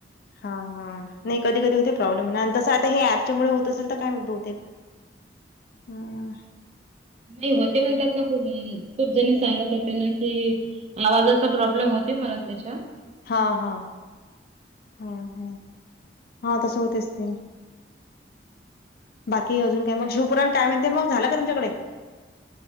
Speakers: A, on the left; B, on the right.
A: हा. हा. नाही कधी कधी होते प्रॉब्लेम. न तसं आता हे ऍपच्यामुळे होत असेल तर काय माहीत बहुतेक- हां.
B: नाही होते म्हणतात मग. अं. खूप जणी सांगत होत्या ना कि, आवाजाचा प्रॉब्लेम होतेय म्हणा त्याच्या.
A: हा. हा. हा. हा. हा. तसं होतयच की. बाकी अजून काय मग? शिवपुराण काय म्हणते मग? झाल का तुमच्याकडे?